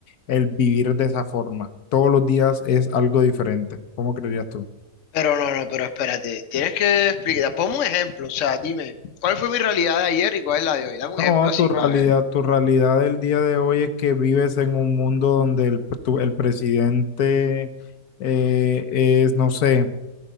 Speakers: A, on the left; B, on the left.
A: el vivir de esa forma? Todos los días es algo diferente. ¿Cómo creerías tú?
B: Pero no, no, pero espérate, tienes que explicar, ponme un ejemplo, o sea, dime, ¿cuál fue mi realidad de ayer y cuál es la de hoy? Dame un
A: No,
B: ejemplo así
A: tu realidad,
B: para ver.
A: tu realidad del día de hoy es que vives en un mundo donde el, tu- el presidente eh, es, no sé.